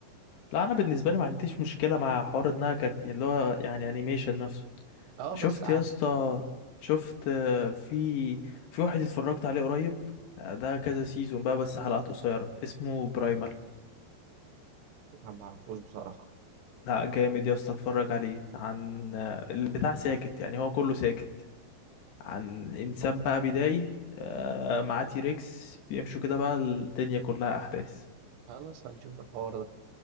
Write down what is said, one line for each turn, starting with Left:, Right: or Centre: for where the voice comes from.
Left: لا انا بالنسبة لي ما عنديش مشكلة مع حوار انها كارتين اللي هو يعني انيميشن نفسه
Right: أه
Left: شفت
Right: بس عادي
Left: يا اسطى شفت آه، في
Right: <clears throat>
Left: في واحد اتفرجت عليه قريب آه، ده كذا سيزون بقى بس حلقات قصيرة اسمه برايمر
Right: أنا معرفوش بصراحة
Left: لا جامد يا اسطى اتفرج عليه عن آه، البتاع ساكت يعني هو كله ساكت عن انسان بقى بدائي آه، معاه تيركس بيمشوا كده بقى الدنيا كلها احداث
Right: خلاص هنشوف الحوار ده